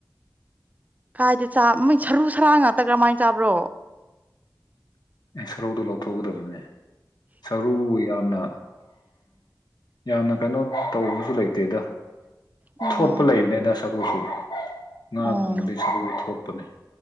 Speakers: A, on the right; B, on the left.
A: ꯀꯥꯏꯗ ꯆꯥ ꯃꯣꯏ ꯁꯔꯨ ꯁꯔꯥꯡ ꯉꯥꯛꯇ ꯀꯔꯝꯃꯥꯏꯅ ꯆꯥꯕ꯭ꯔꯣ
B: ꯑꯦ ꯁꯔꯨꯗꯣ ꯂꯧꯊꯣꯛꯀꯒꯗꯕꯅꯦ ꯁꯔꯨ ꯌꯥꯝꯅ ꯌꯥꯝꯅ ꯀꯩꯅꯣ ꯇꯧꯕꯁꯨ ꯂꯩꯇꯦꯗ
A: ꯑꯣ
B: ꯊꯣꯠꯄ ꯂꯩꯕꯅꯦꯗ ꯁꯔꯨꯁꯨ ꯉꯥꯒꯨꯝꯕꯗꯤ
A: ꯑꯣ
B: ꯁꯔꯨ ꯊꯣꯠꯄꯅꯦ